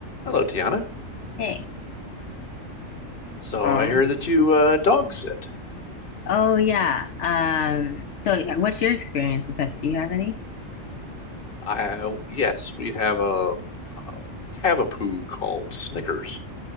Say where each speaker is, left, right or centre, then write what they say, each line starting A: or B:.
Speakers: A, on the left (about 45°); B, on the left (about 65°).
A: Hello, Tiana.
B: Hey.
A: So
B: Carl.
A: I hear that you uh, dog sit.
B: Oh yeah. Um, so uh, what's your experience with pets? Do you have any?
A: I uh, yes, we have a, a cavapoo called Snickers.